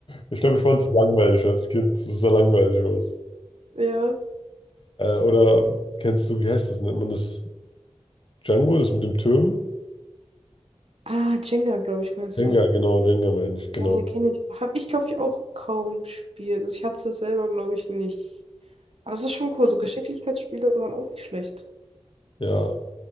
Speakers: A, on the left; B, on the right.
A: Ich glaube, ich fand es langweilig als Kind. Es sah langweilig aus.
B: Ja.
A: Äh, oder kennst du, wie heißt das? Nennt man das Django, das mit dem Türm?
B: Ah, Jenga, glaube ich, meinst
A: Jenga,
B: du.
A: genau, Jenga meine ich, genau.
B: Ja, ja, kenne ich. Habe ich, glaube ich, auch kaum gespielt. Also ich hatte es selber, glaube ich, nicht. Aber es ist schon cool. So Geschicklichkeitsspiele waren auch nicht schlecht.
A: Ja,